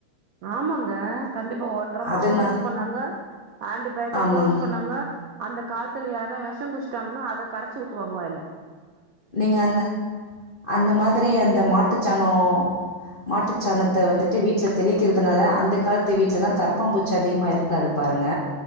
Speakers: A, on the right; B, on the left.
A: ஆமாங்க கண்டிப்பா உரமாவும்
B: அதனா
A: யூஸ் பண்ணாங்க ஆன்டிபயாட்டிக்கும்
B: ஆமாங்க.
A: யூஸ் பண்ணாங்க அந்த காலத்துல யாருனா விஷம் குடிச்சிட்டாங்கனா அத கரைச்சி ஊத்துவாங்க வாய்ல
B: நீங்க அந்த அந்த மாத்ரி அந்த மாட் ட்டுச்சானோ மாட்டுச்சாணத்த வந்துட்டு வீட்டுல
A: ம்.
B: தெளிக்கிறதுனால அந்த காலத்து வீட்டுல எல்லாம் கரப்பாம்பூச்சி அதிகமா இருக்காது பாருங்க